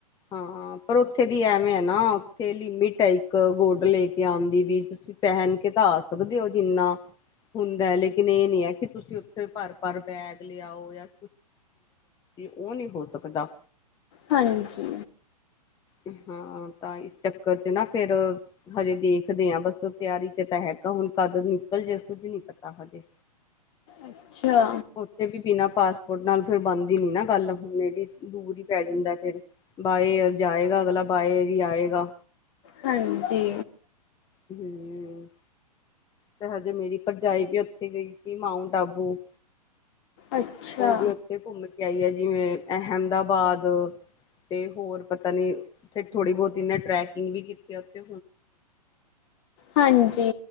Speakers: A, on the left; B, on the left.
A: ਹਾਂ, ਪਰ ਉੱਥੇ ਦੀ ਐਵੇਂ ਐ ਨਾ ਉਥੇ ਟਾਈਪ ਲੇਕੇ ਆਦੀ ਤੀ, ਆ ਸਕਦੇ ਹੋ ਜਿੰਨਾ, ਹੁੰਦਾ ਲੇਕਿਨ ਇਹ ਨਹੀਂ ਹੈ ਕਿ ਤੁਸੀਂ ਉੱਥੇ ਭਰ-ਭਰ ਬੈਨ ਲਿਆਓ ਜਾਂ ਉਹ ਨਹੀਂ ਹੋ ਸਕਦਾ।
B: ਹਾਂਜੀ,
A: ਤਾ ਚੱਕਰ ਸੀ ਨਾ ਫਿਰ ਹਜੇ ਦੇਖਦੇ ਆਂ ਬਸੋ ਤਿਆਰੀ ਚ ਤਾਂ, ਬਸ ਤੁਸੀ ਨਿਕਲੇ ਜਾਓ ਕੁਛ ਨਹੀਂ ਪਤਾ ਹਜੇ,
B: ਅੱਛਾ,
A: ਉੱਥੇ ਵੀ ਬਿਨਾਂ ਪਾਸ, ਨਾਲ ਫਿਰ ਬਣਦੀ ਨਹੀਂ ਨਾ ਗੱਲ ਮੇਰੀ ਪੈ ਜਾਂਦਾ ਫਿਰ ਬਾਏ, ਆਏਗਾ ਅਗਲਾ ਬਾਏ ਜੀ ਆਏਗਾ।
B: ਹਾਂਜੀ,
A: ਹੂੰ, ਤੇ ਹਜੇ ਮੇਰੀ ਭਰਜਾਈ ਵੀ ਉੱਥੇ ਗਈ ਸੀ ਮਾਊਂਟ ਆਪੋ,
B: ਅੱਛਾ।
A: ਉਹ ਵੀ ਓਹਦੇ ਗੁੰਮ ਕੇ ਆਈ ਏ ਹੈ। ਕਿਵੇਂ ਅਹਿਮਦਾਬਾਦ ਤੇ ਹੋਰ ਪਤਾ ਨਹੀਂ ਸਿਰਫ ਥੋੜੀ ਬਹੁਤੀ ਨ ਬਰੈਕਿੰਗ ਵੀ ਕੀਤੀ ਹੋਈ ਤੇ,
B: ਹਾਂਜੀ,